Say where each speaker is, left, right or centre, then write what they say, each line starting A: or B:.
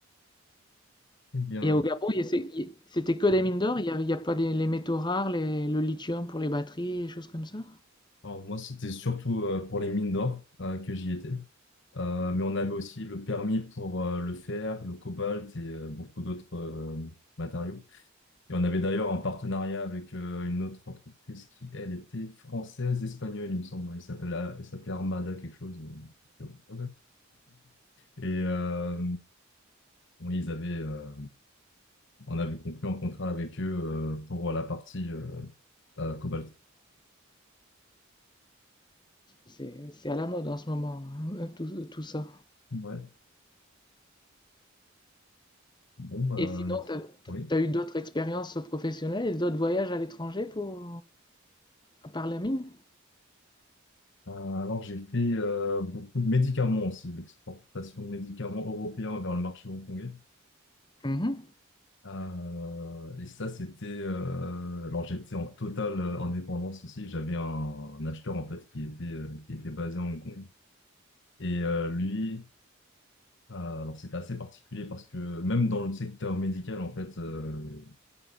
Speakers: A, on the left; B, on the left.
A: Eh bien,
B: Et au Gabon, il y a- c'est- il- c'était que des
A: ouais.
B: mines d'or, il n'y a, il y a pas des- les métaux rares, les- le lithium pour les batteries, et choses comme ça.
A: Alors moi, c'était surtout euh, pour les mines d'or euh, que j'y étais. Euh, mais on avait aussi le permis pour euh, le fer, le cobalt et euh, beaucoup d'autres euh, matériaux. Et on avait d'ailleurs un partenariat avec euh, une autre entreprise qui, elle, était française, espagnole, il me semble. Elle s'appelait, elle s'appelait Armada quelque chose. <laughs> Et euh, oui, ils avaient, euh, on avait conclu un contrat avec eux euh, pour la partie euh, euh, cobalt.
B: C'est c'est à la mode en ce moment, hein, tout, tout ça.
A: Ouais. Bon, bah,
B: Et sinon, t'as,
A: oui.
B: t'as eu d'autres expériences professionnelles et d'autres voyages à l'étranger pour... à part la mine?
A: Euh, alors, j'ai fait euh, beaucoup de médicaments aussi, l'exportation de médicaments européens vers le marché hongkongais.
B: Mhm.
A: Euh, et ça, c'était... euh, alors, j'étais en totale euh, indépendance aussi. J'avais un, un acheteur, en fait, qui était, euh, qui était basé à Hong Kong. Et euh, lui, euh, alors, c'était assez particulier parce que même dans le secteur médical, en fait, euh,